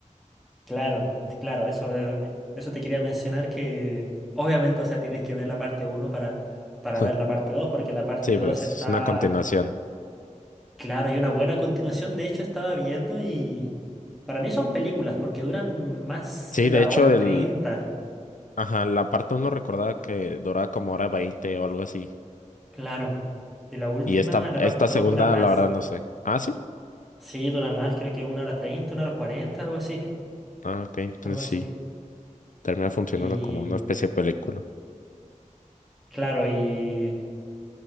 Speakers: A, in the centre; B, on the left.
A: claro, claro, eso, eh, eso te quería mencionar que obviamente, o sea, tienes que ver la parte uno para, para
B: <laughs>
A: ver la parte 2, porque la parte
B: Sí,
A: 2
B: pues
A: está,
B: es una continuación.
A: claro, y una buena continuación, de hecho estaba viendo y para mí son películas, porque duran más
B: Sí,
A: de
B: de
A: la
B: hecho,
A: hora
B: el,
A: 30.
B: ajá, la parte uno recordaba que duraba como hora veinte o algo así.
A: claro. Y la última,
B: Y esta,
A: la
B: esta
A: parte 2,
B: segunda,
A: dura más.
B: la verdad, no sé. Ah, sí.
A: Sí, dura más, creo que una hora 30, una hora 40, algo así,
B: Ah, ok. Entonces
A: algo así.
B: sí. Termina funcionando
A: Y
B: como una especie de película.
A: claro, y